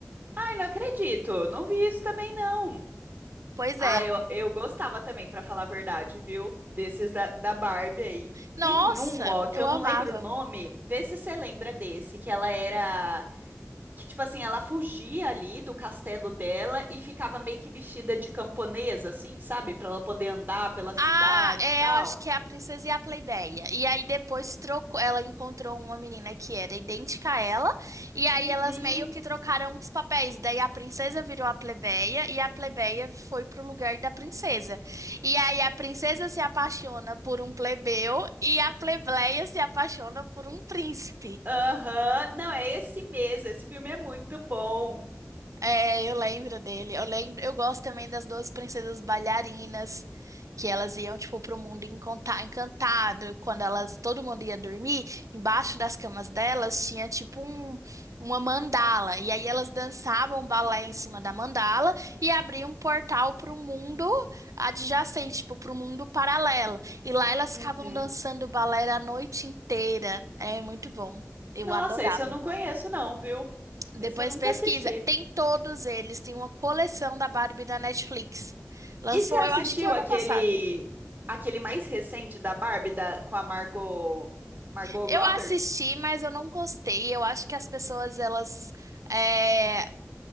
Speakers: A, on the right; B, on the right.
A: Ai, não acredito, não vi isso também, não.
B: Pois
A: Ah,
B: é.
A: eu, eu gostava também, pra falar a verdade, viu? Desses da, da Barbie aí.
B: Nossa,
A: Tem um, ó, que
B: eu
A: eu
B: amava.
A: não lembro o nome, vê se você lembra desse, que ela era. que, tipo assim, ela fugia ali do castelo dela e ficava meio que vestida de camponesa, assim, sabe? Pra ela poder andar pela cidade
B: Ah, é,
A: e tal.
B: eu acho que é a Princesa e a Plebeia. E aí depois trocou, ela encontrou uma menina que era idêntica a ela, e aí
A: Uhum,
B: elas meio que trocaram os papéis. Daí a princesa virou a plebeia e a plebeia foi pro lugar da princesa. E aí a princesa se apaixona por um plebeu e a plebeia se apaixona por um príncipe.
A: aham. Não, é esse mesmo. Esse filme é muito bom.
B: É, eu lembro dele. Eu lembro, eu gosto também das 12 princesas bailarinas, que elas iam tipo pro mundo enconta- encantado, quando elas todo mundo ia dormir, embaixo das camas delas tinha tipo um, uma mandala, e aí elas dançavam balé em cima da mandala e abriam um portal pro mundo adjacente, tipo pro mundo paralelo. E lá elas ficavam
A: Uhum.
B: dançando balé a noite inteira. É muito bom. Eu
A: Nossa,
B: adorava.
A: esse eu não conheço, não, viu?
B: Depois
A: Esse eu nunca
B: pesquisa.
A: assisti.
B: Tem todos eles. Tem uma coleção da Barbie da Netflix. Lançou,
A: E você assistiu
B: eu acho que ano
A: aquele
B: passado.
A: aquele mais recente da Barbie da, com a Margot Margot
B: Eu
A: Robert?
B: assisti, mas eu não gostei. Eu acho que as pessoas, elas é,